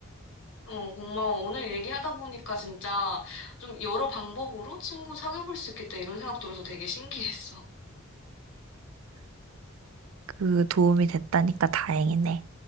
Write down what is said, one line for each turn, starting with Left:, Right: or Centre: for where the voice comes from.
Left: 어, 고마워. 오늘 얘기하다 보니까 진짜 좀 여러 방법으로 친구 사귀어볼 수 있겠다 이런 생각 들어서 되게 신기했어.
Right: 그 도움이 됐다니까 다행이네.